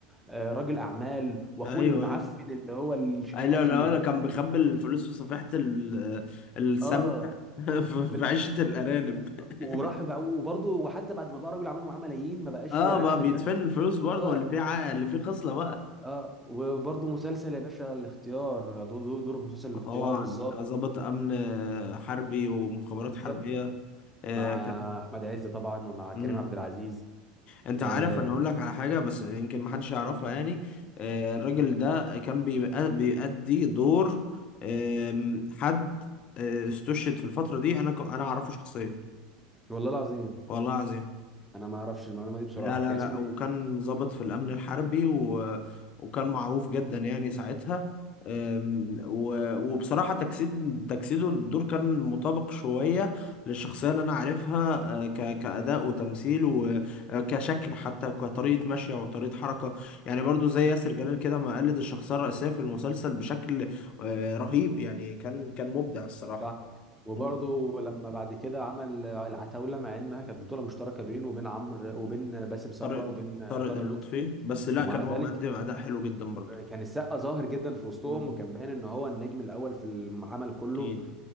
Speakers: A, in the centre; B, on the left.
A: آه، راجل اعمال واخوه
B: ايوه
A: المعفن
B: ايوه
A: اللي هو الشحات
B: ايوه لا
A: اللي بقى
B: لا كان بيخبي الفلوس في صفيحة ال- السمنة
A: اه
B: <laughs> في
A: في
B: في
A: ال-
B: عشة الأرانب
A: وراح
B: <laughs>
A: بقى- وبرضه وحتى بعد ما بقى راجل اعمال ومعاه ملايين ما بقاش
B: اه
A: يعينها
B: بقى
A: في
B: بيدفن
A: البنك
B: الفلوس برضه
A: اه
B: اللي فيه ع... اللي فيه خصلة بقى
A: اه وبرضه مسلسل يا باشا الاختيار دو- دو- دوره في مسلسل الاختيار
B: طبعا
A: الظابط
B: كظابط أمن حربي ومخابرات
A: بالظبط
B: حربية آه
A: مع احمد عز طبعا ومع
B: ك...
A: كريم عبد العزيز
B: انت
A: آه
B: عارف انا اقول لك على حاجه بس يمكن ما حدش يعرفها يعني آه، الراجل ده كان بيبقى- بيأدي دور آم، حد آه، استشهد في الفتره دي انا ك- انا اعرفه شخصيا
A: والله العظيم
B: والله العظيم
A: انا ما اعرفش المعلومه دي بصراحه
B: لا لا
A: كان
B: لا
A: اسمه
B: وكان
A: ايه
B: ضابط في الأمن الحربي و... وكان معروف جدا يعني ساعتها أم، و... وبصراحة تجسيد تجسيده للدور كان مطابق شوية للشخصية اللي أنا عارفها أه، ك... كأداء وتمثيل وكشكل حتى كطريقة مشي وطريقة حركة يعني برضو زي ياسر جلال كده ما قلد الشخصية الرئيسية في المسلسل بشكل أه، رهيب يعني كان كان مبدع الصراحة
A: صح وبرضه
B: مم.
A: لما بعد كده عمل العتاولة مع انها كانت بطولة مشتركة بينه وبين عمرو وبين باسم سمرة
B: طارق
A: وبين
B: طارق
A: طارق
B: لطفي
A: لطفي
B: بس لا
A: ومع
B: كان
A: مم.
B: هو
A: ذلك
B: مقدم أداء حلو جدا برضو
A: كان السقا ظاهر جدا في وسطهم
B: مم.
A: وكان باين ان هو النجم الاول في العمل كله
B: أكيد